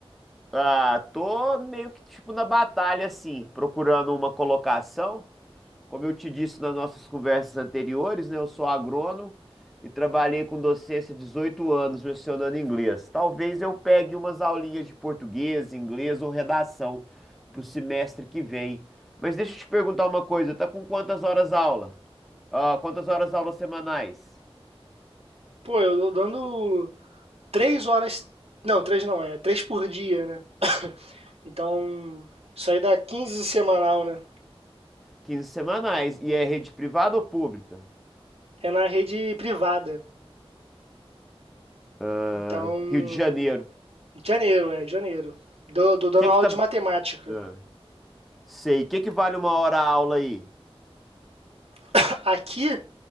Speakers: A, in the centre; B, on the right (about 80°).
A: Ah, tô meio que tipo na batalha, assim, procurando uma colocação. Como eu te disse nas nossas conversas anteriores, né, eu sou agrônomo e trabalhei com docência 18 anos lecionando inglês. Talvez eu pegue umas aulinhas de português, inglês ou redação para o semestre que vem. Mas deixa eu te perguntar uma coisa, tá com quantas horas aula? Ah, quantas horas aula semanais?
B: Pô, eu tô dando três horas. Não, três não, é três por dia, né? Então, isso aí dá 15 semanal, né?
A: 15 semanais. E é rede privada ou pública?
B: É na rede privada.
A: Ah,
B: Então,
A: Rio de Janeiro.
B: Janeiro, é, janeiro. Dou-
A: O
B: Tô dando
A: que
B: aula
A: que tá...
B: de matemática.
A: Ah, sei. O que que vale uma hora aula aí?
B: <clears throat> Aqui